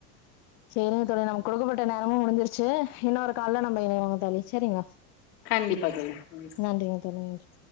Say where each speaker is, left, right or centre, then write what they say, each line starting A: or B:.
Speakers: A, on the left (about 50°); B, on the left (about 75°).
A: சேரிங்க தோழி நமக்கு குடுக்கப்பட்ட நேரமும் முடிஞ்சிருச்சு இன்னொரு கால்ல நம்ப இனைவோங்க தோழி சேரிங்களா
B: கண்டிப்பா தோழி ம்
A: நன்றிங்க தோழி நன்றி